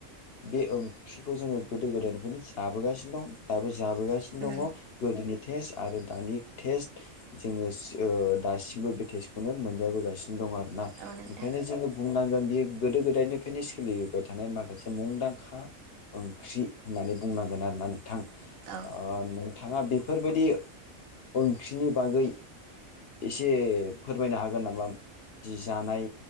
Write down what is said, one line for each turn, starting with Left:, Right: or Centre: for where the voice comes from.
Left: बे ओंख्रिखौ जोङो गोदो गोदायनिफ्रायनो जाबोगासिनो दं दाबो ज जाबोगासिनो
Right: उम
Left: दङ गोदोनि टेस्ट आरो दानि टेस्ट जोङो दासिमबो बे टेस्टखौनो मोनजाबोगासिनो दं आरोना‌।
Right: औ नोंथां
Left: ओंखायनो जोङो बुंनांगोन बेयो गोदो गोदायनिफ्रायनो सोलिबोबाय थानाय माखासे मुंदां खा ओंख्रि होननानै बुंनांगोन आरोना नोंथां।
Right: औ
Left: ओ नोंथाङा बेफोरबायदि ओंख्रिनि बागै एसे फोरमायनो हागोन नामा? जि जानाय